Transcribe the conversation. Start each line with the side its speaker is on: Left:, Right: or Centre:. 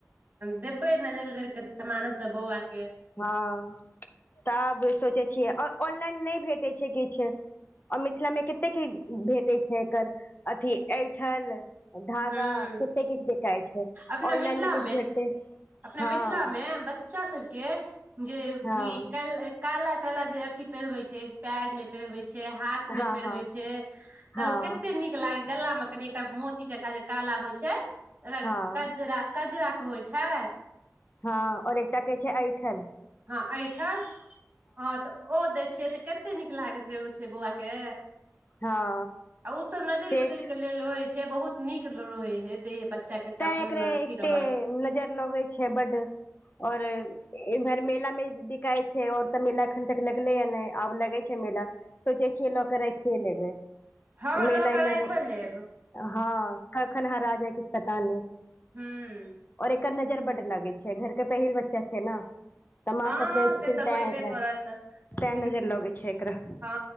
Right: देबै नजरि उजरके समामानोसभ बौआके
Left: हँ तब सोचै छियै आ ऑनलाइन नहि भेटैत छै किछु आर मिथिला मे कतेक भेटैत छै एकर अथी ठल धागा
Right: हूँ
Left: कते किछु बिकाइ छै
Right: अपना
Left: ऑनलाइन
Right: मिथिला
Left: मे किछु भेटतै
Right: अपना
Left: हँ
Right: मिथिलामे ब्च बच्चा सब के जे
Left: हँ
Right: ई काल काला काला जे अथी पहिरबै छै पैर में पेरवे छै हाथ में
Left: हँ
Right: पेरवे
Left: हँ
Right: छै
Left: हँ
Right: तऽ कते नीक लाग गला में कनि एकटा मोती जकाँ जे काला होइ छैरा
Left: हँ
Right: कजरा कजरा होय छै
Left: हँ और एकटा कहै छै ऐठल
Right: हँ एहिठल हँ तऽ ओ दै छियै तऽ कते नीक लागैत रहे ओ छै बौआ के
Left: हँ
Right: आ ओसभ नजरि
Left: से
Right: गुजर के लेल रहै छै बहुत नीक रहै हे देह बच्चा के तऽ
Left: तैं
Right: अपन
Left: एकरा
Right: अथी
Left: एते
Right: रहल
Left: नजर लगे छै बड्ड और इम्हर मेला मे बिकाइ छै और तऽ मेला एखन तक लगलै या नहि आब लगै छै मेला सोचै छियै ल क रखिये लेबै
Right: हँ
Left: मेला
Right: लऽ कऽ
Left: इम्हर
Right: राखिओ लेब
Left: हँ कखन हरा जाय किछु पता नहि
Right: हूँ
Left: और एकर नजर बड्ड लगै छै घरके पहिल बच्चा छै ने तऽ माँ
Right: हँ
Left: सब कहै छथिन
Right: से तऽ
Left: तैं
Right: होयबे
Left: एकरा
Right: करत
Left: तैं
Right: कनि
Left: नजर लगै छै एकरा
Right: हँ